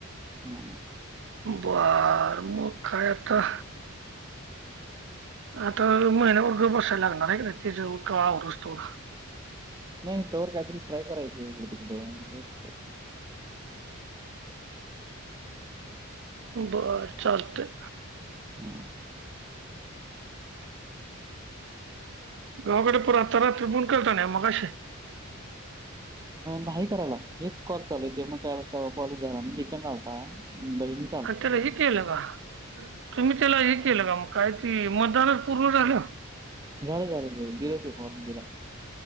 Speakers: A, on the right (about 15°); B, on the right (about 55°).
A: हा.
B: बर मू कायता. आता महिन्या वर्ग बसायला लागणार आहे का तिच आवरच तो.
A: नाही तवर काहीतरी ट्राय करायचं इकडं तिकडं बगायचं काहीतरी.
B: बर चालत.
A: हो.
B: गावाकडे पर आ तरात्रिपून केळता न मशे.
A: नाही करायला हेच कॉल चालू आहेेत मग काला कॉलेज जाणार तिकड ला होता. बहिनी.
B: आणि त्याला हे केलं का तुम्ही त्याला हे केलं का मग काय त मतदानच पूर्व झालं.
A: झालं झालं दि दिलं ते फॉर्म दिला.